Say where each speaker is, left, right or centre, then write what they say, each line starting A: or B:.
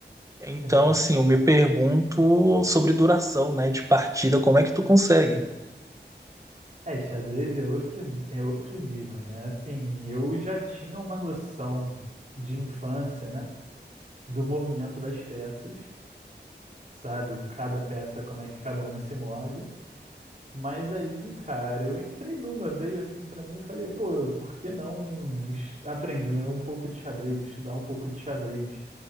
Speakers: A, on the right; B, on the right.
A: Então,
B: sim.
A: assim, eu me pergunto sobre duração, né, de partida, como é que tu consegue?
B: É, xadrez é outro, é outro nível, né? Assim, eu já tinha uma noção de infância, né? Do movimento das peças, sabe? Cada peça, como é que cada uma se move. Mas aí, cara, eu entrei numa, veio assim pra mim e falei, pô, por que não es- aprender um pouco de xadrez, estudar um pouco de xadrez?